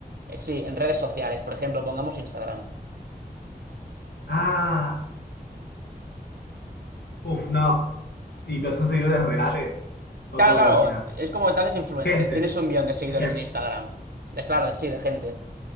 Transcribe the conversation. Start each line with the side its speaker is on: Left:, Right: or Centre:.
Right: Eh, sí, en redes sociales, por ejemplo, pongamos Instagram.
Left: Ah, uff, no. ¿Y pero son seguidores reales? ¿O
Right: Claro,
Left: cómo
Right: claro,
Left: te imaginas?
Right: es como que te haces influencer,
Left: Gente.
Right: tienes un millón de seguidores
Left: Es gente.
Right: en Instagram. De claro, de- sí, de gente.